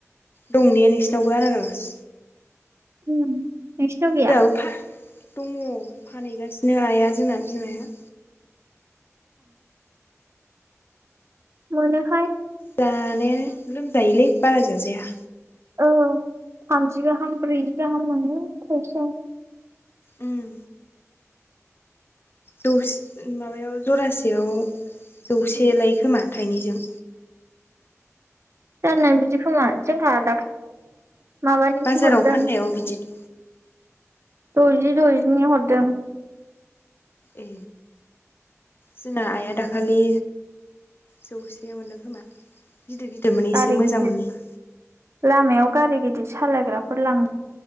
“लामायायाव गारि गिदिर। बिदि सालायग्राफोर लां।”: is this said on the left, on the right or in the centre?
Right